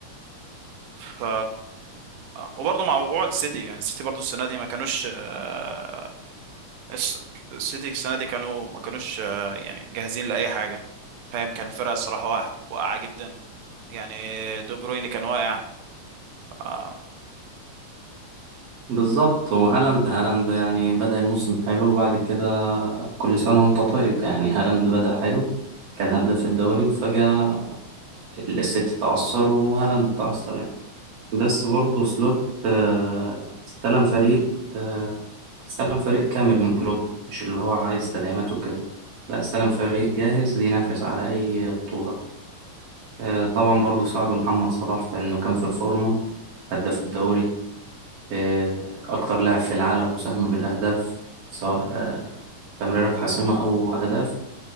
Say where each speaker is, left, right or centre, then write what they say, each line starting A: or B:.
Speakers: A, on the right; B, on the right.
A: ف وبرضه مع وقوع السيتي يعني السيتي برضه السنه دي ما كانوش آه، الس- السيتي السنة دي كانوا ما كانوش آه، يعني جاهزين لأي حاجة فاهم كان الفرقة الصراحة واقع- واقعة جدا يعني دو برويني كان واقع آه،
B: بالظبط وهالاند هالاند يعني بدأ الموسم حلو وبعد كده كل سنة وانت طيب يعني هالاند بدأ حلو كان هداف الدوري وفجأة السيتي اتعثر وهالاند اتعثر يعني بس برضه سلوت آه، استلم فريق آه، استلم فريق كامل من كلوب مش اللي هو عايز تدعيمات وكده لا استلم فريق جاهز ينافس على أي بطولة آه، طبعا برضه ساعده محمد صلاح في إنه كان في الفورمة هداف الدوري آه، أكتر لاعب في العالم مساهمة بالأهداف سواء آه، تمريرات حاسمة أو أهداف